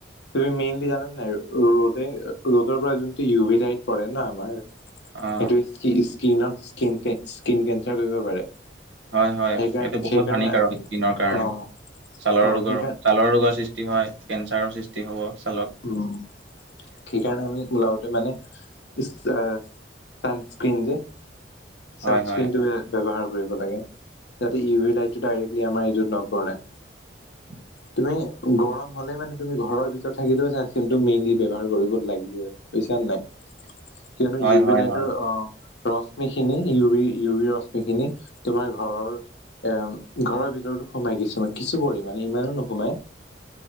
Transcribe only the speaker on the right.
অ
হয় হয়,
এইটো বহুত
হানিকাৰক স্কিনৰ কাৰণে।
ছালৰ
ৰোগৰ
ছালৰ ৰোগৰ সৃষ্টি হয়, কেঞ্চাৰৰ সৃষ্টি হ'ব। ছালত
হয়
হয়
<inaudible>
হয়
হয়
হয়